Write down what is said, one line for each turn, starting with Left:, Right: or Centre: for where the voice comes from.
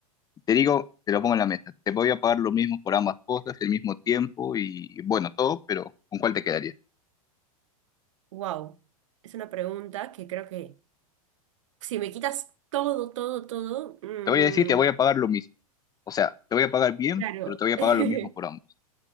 Left: Te digo, te lo pongo en la mesa. Te voy a pagar lo mismo por ambas cosas, el mismo tiempo y, bueno, todo, pero ¿con cuál te quedarías?
Right: Wow, es una pregunta que creo que si me quitas todo, todo, todo, mm,
Left: Te voy a decir, te voy a pagar lo mismo. O sea, te voy a pagar bien,
Right: claro.
Left: pero te voy a
Right: <laughs>
Left: pagar lo mismo por ambos.